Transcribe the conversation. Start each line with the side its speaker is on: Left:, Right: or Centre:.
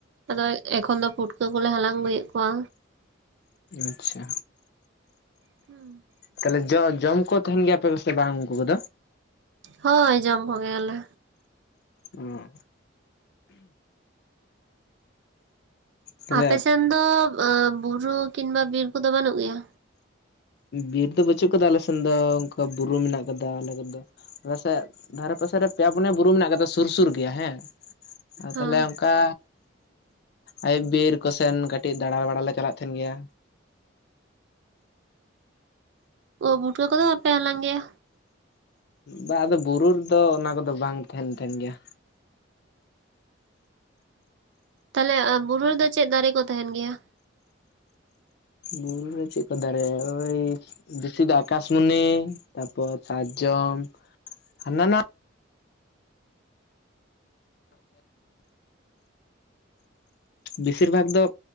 Right: ᱟᱫᱚ ᱮᱠᱷᱚᱱ ᱫᱚ ᱯᱩᱴᱠᱟᱹ ᱠᱚᱞᱮ ᱦᱟᱞᱟᱝ ᱟᱹᱜᱩᱭᱮᱫ ᱠᱚᱣᱟ,
Left: ᱟᱪᱪᱷᱟ,
Right: <unintelligible>
Left: ᱛᱟᱦᱚᱞᱮ ᱡᱚ ᱡᱚᱢ ᱠᱚ ᱛᱟᱦᱮᱸᱱ ᱜᱮᱭᱟᱯᱮ ᱟᱯᱮ ᱥᱮ ᱵᱟᱝ ᱩᱱᱠᱩ ᱠᱚᱫᱚ,
Right: ᱦᱳᱭ ᱡᱚᱢ ᱠᱚᱜᱮᱭᱟᱞᱮ,
Left: ᱩᱸᱜ ᱛᱟᱦᱚᱞᱮ
Right: ᱟᱯᱮ ᱥᱮᱱ ᱫᱚ ᱵᱩᱨᱩ ᱠᱤᱝᱵᱟ ᱵᱤᱨ ᱠᱚᱫᱚ ᱵᱟᱹᱱᱩᱜ ᱜᱮᱭᱟ,
Left: ᱵᱤᱨ ᱫᱚ ᱵᱟᱹᱪᱩᱜ ᱠᱟᱫᱟ ᱟᱞᱮ ᱥᱮᱱ ᱫᱚ ᱚᱱᱠᱟ ᱵᱩᱨᱩ ᱢᱮᱱᱟᱜ ᱠᱟᱫᱟ ᱟᱞᱮ ᱠᱚ ᱫᱚ, ᱟᱞᱮᱥᱮᱫ ᱫᱷᱟᱨᱮ ᱯᱟᱥᱮᱨᱮ ᱯᱮᱭᱟ ᱯᱩᱱᱭᱟ ᱵᱩᱨᱩ ᱢᱮᱱᱟᱜ ᱠᱟᱫᱟ ᱥᱩᱨ ᱥᱩᱨ ᱜᱮᱭᱟ ᱦᱮᱸ ᱛᱟᱦᱞᱮ,
Right: ᱦᱮᱸ
Left: ᱚᱱᱠᱟ ᱟᱭᱩᱵ ᱵᱤᱨ ᱠᱚᱥᱮᱱ ᱠᱟᱹᱴᱤᱡ ᱫᱟᱬᱟ ᱵᱟᱟᱲ ᱞᱮ ᱪᱟᱞᱟᱜ ᱛᱟᱦᱮᱸᱱ ᱜᱮᱭᱟ,
Right: ᱳᱫ-ᱯᱩᱴᱠᱟᱹ ᱠᱚᱫᱚ ᱵᱟᱯᱮ ᱦᱟᱞᱟᱸᱝ ᱜᱮᱭᱟ,
Left: ᱵᱟᱝ ᱟᱫᱚ ᱵᱩᱨᱩ ᱨᱮᱫᱚ ᱚᱱᱟ ᱠᱚᱫᱚ ᱵᱟᱝ ᱛᱟᱦᱮᱸᱱ ᱠᱟᱱ ᱜᱮᱭᱟ,
Right: ᱛᱟᱦᱚᱞᱮ ᱵᱩᱨᱩ ᱨᱮᱫᱚ ᱪᱮᱫ ᱫᱟᱨᱮ ᱠᱚ ᱛᱟᱦᱮᱸᱱ ᱜᱮᱭᱟ,
Left: ᱵᱩᱨᱩ ᱨᱮ ᱪᱮᱫ ᱠᱚ ᱫᱟᱨᱮ ᱳᱭ, ᱵᱮᱥᱤ ᱫᱚ ᱟᱠᱟᱥᱢᱩᱱᱤ ᱛᱟᱯᱚᱨ ᱥᱟᱨᱡᱚᱢ ᱦᱟᱱᱟ ᱱᱟᱣᱟ, ᱵᱤᱥᱤᱨ ᱵᱷᱟᱜ ᱫᱚ